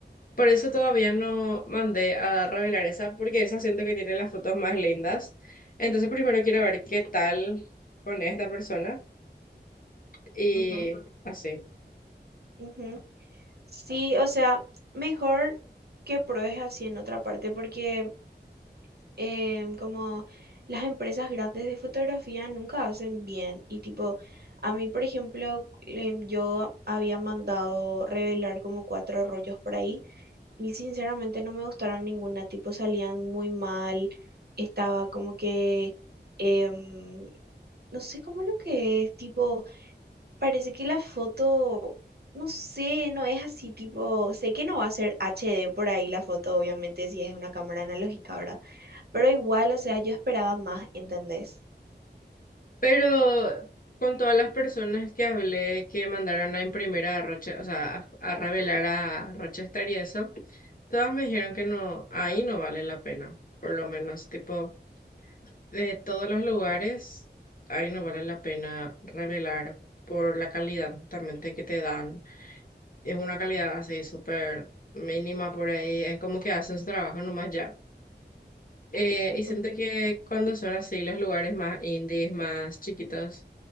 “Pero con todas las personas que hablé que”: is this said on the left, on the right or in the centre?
Left